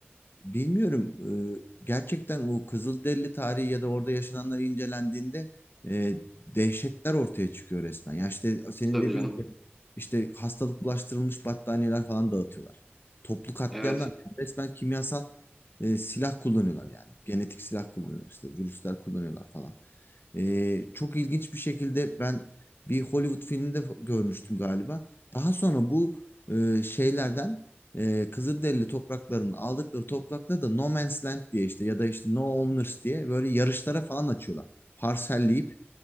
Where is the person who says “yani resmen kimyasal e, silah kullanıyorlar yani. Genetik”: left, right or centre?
Left